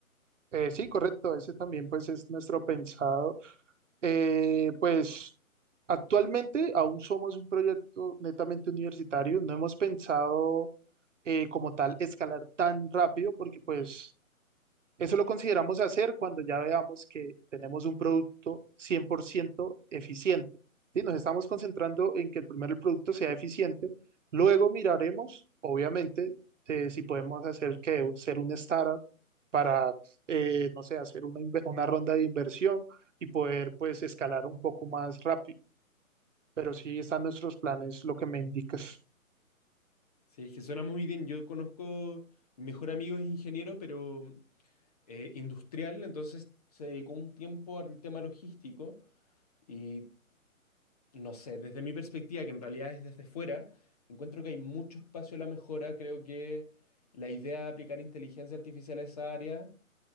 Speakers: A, on the right (about 60°); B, on the left (about 25°).
A: eh, sí, correcto. Ese también pues es nuestro pensado. Eh, pues actualmente aún somos un proyecto netamente universitario. No hemos pensado eh, como tal escalar tan rápido porque pues Eso lo consideramos hacer cuando ya veamos que tenemos un producto 100% eficiente. ¿sí? Nos estamos concentrando en que el primero el producto sea eficiente. Luego miraremos, obviamente, eh, si podemos hacer que ser un startup para, eh, no sé, hacer una, inve- una ronda de inversión y poder, pues, escalar un poco más rápido. Pero sí están nuestros planes, lo que me indicas.
B: Sí, es que suena muy bien. Yo conozco, mi mejor amigo es ingeniero, pero... eh, industrial, entonces se dedicó un tiempo al tema logístico y no sé, desde mi perspectiva, que en realidad es desde fuera, encuentro que hay mucho espacio a la mejora, creo que la idea de aplicar inteligencia artificial a esa área